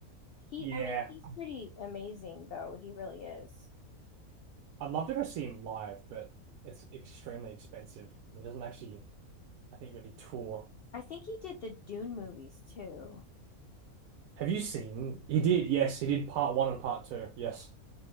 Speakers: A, on the left; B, on the right.
A: He,
B: Yeah,
A: I mean, he's pretty amazing though. He really is.
B: I'd love to go see him live, but it's extremely expensive. He doesn't actually, I think, really tour.
A: I think he did the Dune movies too.
B: Have you seen? He did, yes, he did part one and part two. Yes,